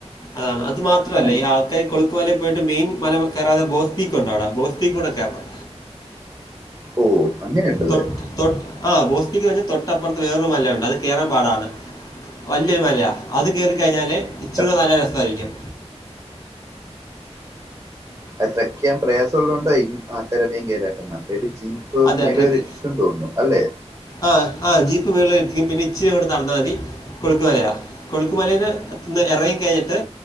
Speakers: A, on the left; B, on the right.
A: അതാണ് അത് മാത്രമല്ല
B: ആ, ഇ-
A: ഈ ആൾ കൈകൊളുക്കുമലപോയിട്ട് മെയിൻ മലകേറാതെബോസ്റ്റിക്ക് ഒണ്ടാവിടെ ബോസ്റ്റിക്കൂടെകേറണം
B: ഓ അങ്ങനെ ഉണ്ടല്ലേ
A: തൊട്ട് തൊട്ട് ആ ഗോസ്തിക്ക് കഴിഞ്ഞ് തൊട്ടപ്പുറത്ത് വേറൊരു മലയൊണ്ട് അത്കേയറൻപാടാണ് വലിയൊരു മലയഅത്
B: ഉം.
A: കേറിക്കഴിഞാല്ഇച്ചിരിയുടെനല്ലരസആയിരിക്കും
B: ത്ര- അത്ത്രക്ക്ചെയ്യാൻ പ്രയാസംള്ളതോണ്ട ഈ ആൾക്കാര് അധികംകേറാത്തെമറ്റേത് ജീ ഇപ്പ
A: അതെ
B: മേലവരെ
A: ട്രക്ക്
B: ഇട്ടിട്ടോന്നുതോന്നുന്നുഅല്ലെ
A: ആ ആ ജീപ്പ്മെളെഎത്തിക്കും പിന്നെ ഇച്ചിരിഇങ്ങോട്ട്നടന്നാൽ മതി കൊളുക്കുമലയാ കൊളുക്കുമലെന്ന് ഇറങ്ങിക്കഴിഞ്ഞിട്ട്